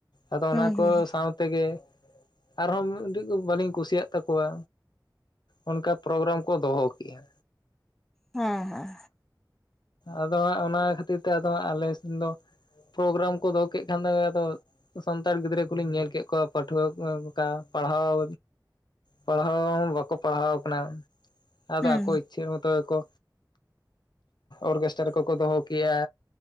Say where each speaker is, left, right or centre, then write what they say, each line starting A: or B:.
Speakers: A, on the left; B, in the centre.
A: ᱟᱫᱚ
B: ᱦᱩᱸ
A: ᱚᱱᱟ ᱠᱚ
B: ᱦᱩᱸ
A: ᱥᱟᱶᱛᱮᱜᱮ, ᱟᱨᱦᱚᱸ ᱩ ᱩᱰᱤᱡ ᱫᱚ ᱵᱟᱹᱞᱤᱧ ᱠᱩᱥᱤᱭᱟᱜ ᱛᱟᱠᱚᱣᱟ᱾ ᱚᱱᱠᱟ ᱯᱨᱳᱜᱨᱟᱢ ᱠᱚ ᱫᱚᱦᱚ ᱠᱮᱜᱼᱟ᱾
B: ᱦᱮᱸ ᱦᱮᱸ᱾
A: ᱟᱫᱚ ᱦᱟᱸᱜ ᱚᱱᱟ ᱠᱷᱟᱹᱛᱤᱨ ᱛᱮ ᱟᱫᱚ ᱦᱟᱸᱜ ᱟᱞᱮ ᱥᱮᱱ ᱫᱚ ᱯᱨᱳᱜᱨᱟᱢ ᱠᱚ ᱫᱚᱦᱚ ᱠᱮᱫ ᱠᱷᱟᱱ ᱫᱚᱭ ᱟᱫᱚ ᱥᱟᱱᱛᱟᱲ ᱜᱤᱫᱽᱨᱟᱹ ᱠᱚᱞᱤᱧ ᱧᱮᱞ ᱠᱮᱫ ᱠᱚᱣᱟ ᱯᱟᱹᱴᱷᱩᱣᱟᱹ ᱠᱚ ᱚᱱᱠᱟ ᱯᱟᱲᱦᱟᱣ ᱯᱟᱲᱦᱟᱣ ᱦᱚᱸ ᱵᱟᱠᱚ ᱯᱟᱲᱦᱟᱣ ᱠᱟᱱᱟ ᱟᱫᱚ
B: ᱦᱩᱸ
A: ᱟᱠᱚ ᱤᱪᱪᱷᱟᱹ ᱢᱚᱛᱚ ᱜᱮ ᱠᱚ ᱚᱨᱠᱮᱥᱴᱟᱨ ᱠᱚᱠᱚ ᱫᱚᱦᱚ ᱠᱮᱜᱼᱟ᱾